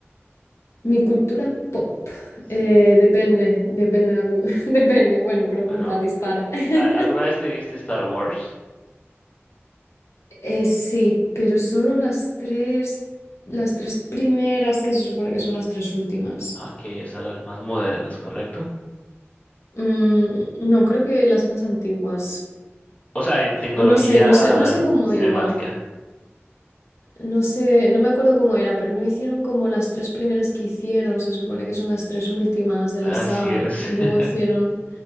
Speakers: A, on the left; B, on the left.
A: mi cultura pop.
B: Sí,
A: eh, depende, depende la cul- <laughs> depende, bueno, pregunta,
B: bueno,
A: dispara. <laughs>
B: ¿a- ¿alguna vez te viste Star Wars?
A: Eh, sí, pero solo las tres, las tres primeras que se supone que son las tres últimas.
B: Ok, o sea, las más modernas, ¿correcto?
A: Mm, no, creo que las más antiguas.
B: O sea, en tecnología
A: O no sé, no sé, no sé cómo
B: cinemática.
A: iba. No sé, no me acuerdo cómo era, pero no hicieron como las tres primeras que hicieron, se supone que son las tres últimas de
B: Así
A: la saga,
B: es.
A: y luego
B: <laughs>
A: hicieron,